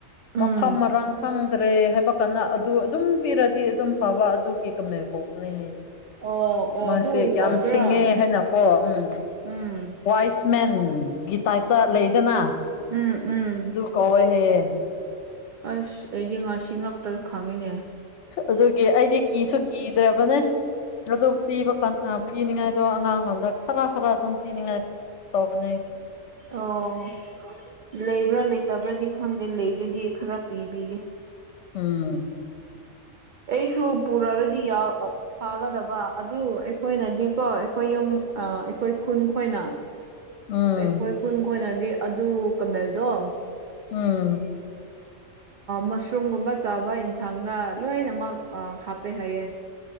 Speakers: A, on the right; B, on the left.
A: ꯎꯝ
B: ꯃꯐꯝ ꯃꯔꯥꯡ ꯈꯪꯗ꯭ꯔꯦ ꯍꯥꯏꯕ ꯀꯥꯟꯗ ꯑꯗꯨ ꯑꯗꯨꯝ ꯄꯤꯔꯗꯤ ꯑꯗꯨꯝ ꯐꯕ ꯑꯗꯨꯒꯤ ꯀꯝꯃ ꯀꯧꯕꯂꯩꯍꯥꯏꯌꯦ
A: ꯑꯣ ꯑꯣ
B: ꯃꯥꯁꯦ
A: ꯑꯗꯨ
B: ꯌꯥꯝ
A: ꯑꯣꯏꯕ꯭ꯔꯥ
B: ꯁꯤꯡꯉꯦ ꯍꯥꯏꯅꯀꯣ ꯎꯝ
A: ꯎꯝ
B: ꯋꯥꯏꯁ ꯃꯦꯟ ꯒꯤ ꯇꯥꯏꯞꯇ ꯂꯩꯗꯅ
A: ꯎꯝ ꯎꯝ
B: ꯀꯨꯧꯋꯦ ꯍꯦꯌꯦ
A: ꯑꯁ ꯑꯩꯗꯤ ꯉꯁꯤ ꯉꯛꯇ ꯈꯪꯉꯤꯅꯦ
B: ꯑꯗꯨꯒꯤ ꯑꯩꯗꯤ ꯀꯤꯁꯨ ꯀꯤꯗ꯭ꯔꯕꯅꯦ ꯑꯗꯨ ꯄꯤꯕ ꯄꯤꯅꯤꯡꯉꯥꯏꯗꯣ ꯑꯉꯥꯡꯂꯣꯗ ꯈꯔ ꯈꯔ ꯑꯗꯨꯝ ꯄꯤꯅꯤꯡꯉꯥꯏ ꯇꯧꯕꯅꯦ ꯑꯩꯗꯤ
A: ꯑꯣ ꯂꯩꯕ꯭ꯔꯥ ꯂꯩꯇꯕ꯭ꯔꯗꯤ ꯈꯪꯗꯦ ꯂꯩꯕꯗꯤ ꯈꯔ ꯄꯤꯕꯤꯒꯦ
B: ꯎꯝ
A: ꯑꯩꯁꯨ ꯄꯨꯔꯑꯒꯗꯤ ꯌꯥꯎ ꯐꯥꯒꯗꯕ ꯑꯗꯨ ꯑꯩꯈꯣꯏꯅꯗꯤꯀꯣ ꯑꯩꯈꯣꯏ ꯌꯨꯝ ꯑ ꯑꯩꯈꯣꯏ ꯈꯨꯟ ꯈꯣꯏꯅ
B: ꯎꯝ
A: ꯑꯩꯈꯣꯏ ꯈꯨꯟ ꯈꯣꯏꯅꯗꯤ ꯑꯗꯨ ꯀꯃꯦꯜꯗꯣ
B: ꯎꯝ
A: ꯃꯁꯔꯨꯝꯒꯨꯝꯕ ꯆꯥꯕ ꯌꯦꯟꯁꯥꯡꯗ ꯂꯣ ꯅꯃ ꯑ ꯍꯥꯄꯦ ꯍꯥꯏꯩꯌꯦ